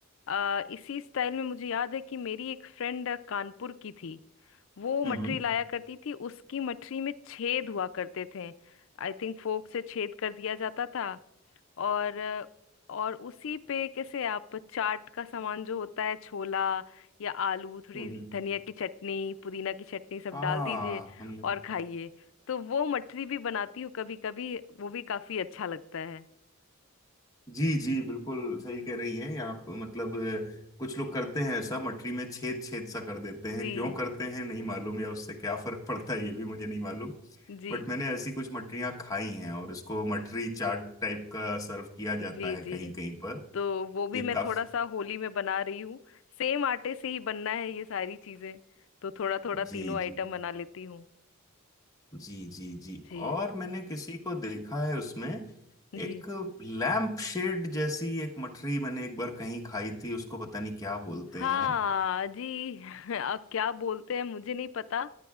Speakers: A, on the left; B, on the left.
A: आ, इसी स्टाइल में मुझे याद है कि मेरी एक फ्रेंड कानपुर की थी वो मठरी
B: हम्म
A: लाया करती थी उसकी मठरी में छेद हुआ करते थे आई थिंक फोक से छेद कर दिया जाता था और और उसी पे कैसे आप चाट का सामान जो होता है छोला या आलू थोड़ी
B: हम्म
A: धनिया की चटनी पुदीना की चटनी सब
B: हाँ
A: डाल दीजिए
B: हम
A: और खाइए तो वो मठरी भी बनाती हूँ कभी कभी वो भी काफी अच्छा लगता है
B: जी जी बिल्कुल सही कह रही हैं आप मतलब अ, कुछ लोग करते हैं ऐसा मटरी में छेद छेद सा कर देते हैं
A: जी
B: क्यों करते हैं नहीं मालूम या उससे क्या फर्क <laughs> पड़ता है ये भी मुझे नहीं मालूम
A: जी
B: बट मैंने ऐसी कुछ मटरियां खाई हैं और इसको मटरी चाट टाइप का सर्व किया
A: जी
B: जाता है
A: जी
B: कहीं कहीं पर
A: तो वो भी
B: ये
A: मैं
B: काफ
A: थोड़ा सा होली में बना रही हूँ सेम आटे से ही बनना है ये सारी चीजें तो थोड़ा थोड़ा तीनों
B: जी
A: आइटम
B: जी
A: बना लेती हूँ
B: जी जी जी
A: जी
B: और मैंने किसी को देखा है उसमें
A: जी
B: एक लैम्प शेड जैसी एक मटरी मैंने एक बार कहीं खाई थी उसको पता नहीं क्या बोलते
A: हाँ
B: हैं
A: जी <laughs> अब क्या बोलते हैं मुझे नहीं पता